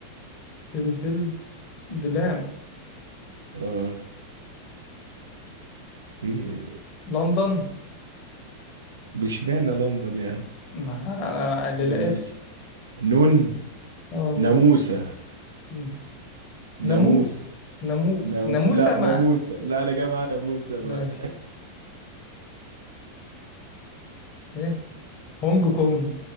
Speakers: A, on the left (about 35°); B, on the right (about 70°).
A: فلفل دلام
B: اه ايه
A: لندن
B: بشمعنى لندن يعني
A: ما أنا اللي
B: ماشي
A: لقيت
B: نون
A: اه
B: ناموسة
A: نور مم.
B: ناموسة
A: ناموس ناموس
B: نامو...
A: ناموسة
B: لا
A: مع
B: ناموسة
A: ناموس
B: لا انا جاي مع ناموسة بقى
A: ماشي ايه هونج كونج